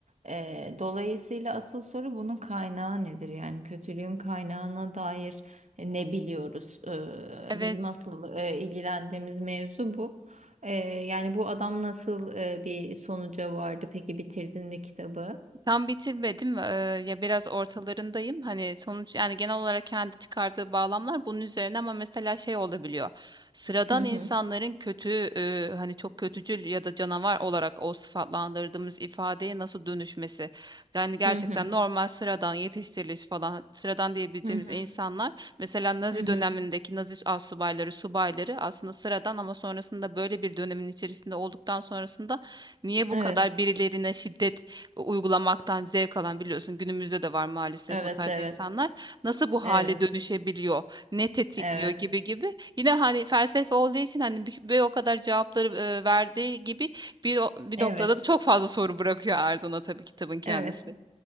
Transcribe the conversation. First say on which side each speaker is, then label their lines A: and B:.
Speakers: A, on the right; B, on the right.
A: E, dolayısıyla asıl soru bunun kaynağı nedir? Yani kötülüğün kaynağına dair ne biliyoruz. Ee,
B: Evet.
A: bizim asıl e, ilgilendiğimiz mevzu bu. Ee, yani bu adam nasıl e, bir sonuca vardı? Peki bitirdin mi kitabı?
B: Tam bitirmedim. eee, ya biraz ortalarındayım. Hani sonuç yani genel olarak kendi çıkardığı bağlamlar bunun üzerine ama mesela şey olabiliyor. Sıradan
A: Hı hı.
B: insanların kötü eee, hani çok kötücül ya da canavar olarak o sıfatlandırdığımız ifadeye nasıl dönüşmesi. Yani gerçekten
A: Hı hı.
B: normal sıradan yetiştiriliş falan sıradan diyebileceğimiz
A: Hı hı.
B: insanlar mesela Nazi
A: Hı hı.
B: dönemindeki Nazi astsubayları, subayları aslında sıradan ama sonrasında böyle bir dönemin içerisinde olduktan sonrasında niye bu
A: Evet.
B: kadar birilerine şiddet uygulamaktan zevk alan biliyorsun günümüzde de var maalesef
A: Evet,
B: bu tarz
A: evet.
B: insanlar nasıl bu
A: Evet.
B: hale dönüşebiliyor ne tetikliyor
A: Evet.
B: gibi gibi yine hani felsefe olduğu için hani bir, bir o kadar cevapları e, verdiği gibi bir, o- bir
A: Evet.
B: noktada da çok fazla soru bırakıyor ardına tabii kitabın kendisi.
A: Evet.